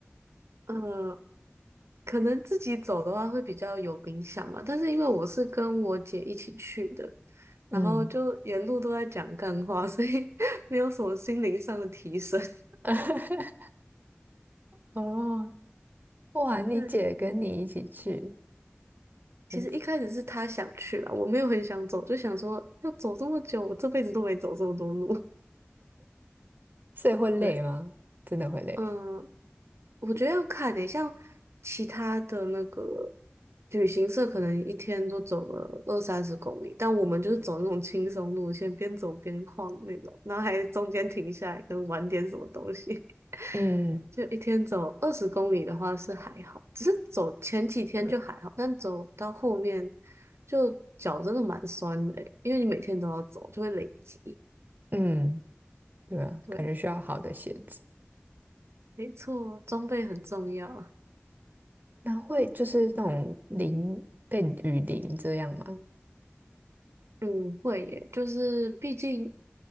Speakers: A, on the right; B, on the right.
A: 呃，可能自己走的话会比较有冥想吧。但是因为我是跟我姐一起去的，
B: 嗯，
A: 然后就沿路都在讲干话，所以 <laughs> 没有什么心灵上的提升。
B: <laughs> 哦，哇，你姐跟你一起去，
A: <laughs> 对啊，其实一开始是他想去啦，
B: 嗯
A: 我没有很想走，就想说要走这么久，我这辈子都没走这么多路。
B: 所以会累吗？
A: 对，
B: 真的会累。
A: 嗯，我觉得要看诶，像其他的那个旅行社，可能一天都走了二三十公里，但我们就是走那种轻松路线，边走边晃那种，然后还中间停下来跟玩点什么东西。<laughs>
B: 嗯
A: 就一天走二十公里的话是还好，只是走前几天就还好，但走到后面就脚真的蛮酸的诶因为你每天都要走，就会累积。
B: 嗯，对啊，
A: 对，
B: 感觉需要好的鞋子。
A: 没错，装备很重要。
B: 那会就是那种淋被雨淋这样吗？
A: 嗯，会耶，就是毕竟